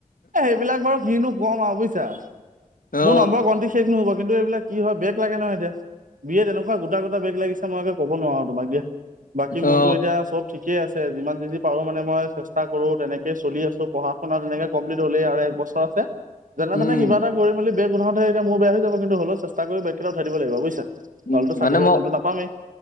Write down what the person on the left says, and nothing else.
অ
অ
উম
উম,
মানে ম,